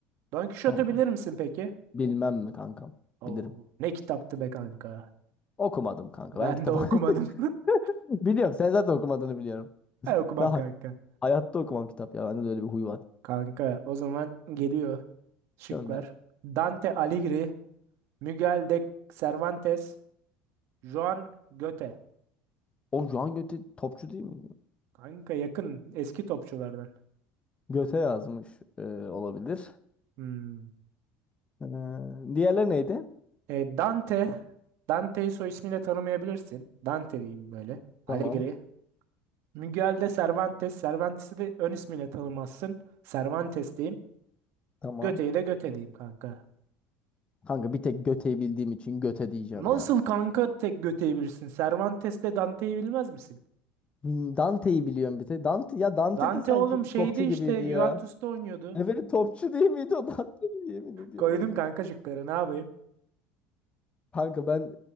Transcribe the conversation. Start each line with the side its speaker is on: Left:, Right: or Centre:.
Right: Don Quixote'u
Left: Tamam.
Right: bilir misin peki?
Left: Bilmem mi kankam?
Right: Oo,
Left: Bilirim.
Right: ne kitaptı be kanka.
Left: Okumadım kanka.
Right: Ben
Left: Ben kitap
Right: de okumadım. <laughs>
Left: <laughs> biliyorum. Sen zaten okumadığını biliyorum. <laughs>
Right: Ben okumam
Left: Ben hay-
Right: kanka.
Left: hayatta okumam kitap ya. Bende de öyle bir huy var.
Right: Kanka o zaman geliyor şıklar.
Left: Gönder.
Right: Dante Alighieri, Miguel de Cervantes, Joan Goethe.
Left: O Joan Göte topçu değil mi?
Right: Kanka yakın eski topçulardan.
Left: Göte yazmış e, olabilir.
Right: Hmm.
Left: Ee, diğerleri neydi?
Right: E, Dante, Dante'yi soy ismiyle tanımayabilirsin. Dante diyeyim böyle. Alighieri.
Left: Tamam.
Right: Miguel de Cervantes, Cervantes'i de ön ismiyle tanımazsın. Cervantes diyeyim.
Left: Tamam.
Right: Goethe'yi de Goethe diyeyim kanka.
Left: Kanka bir tek Göte'yi bildiğim için Göte diyeceğim
Right: Nasıl
Left: ya.
Right: kanka tek Goethe'yi bilirsin? Cervantes'te Dante'yi bilmez misin?
Left: Hmm, Dante'yi biliyorum bir tek. Dante, ya Dante
Right: Dante
Left: de sanki
Right: oğlum şeydi
Left: topçu
Right: işte
Left: gibiydi
Right: Juventus'ta
Left: ya.
Right: oynuyordu.
Left: Evet topçu değil miydi o Dante? <laughs> Yemin ediyorum
Right: Koydum
Left: o ya.
Right: kanka şıkları ne yapayım?
Left: Kanka ben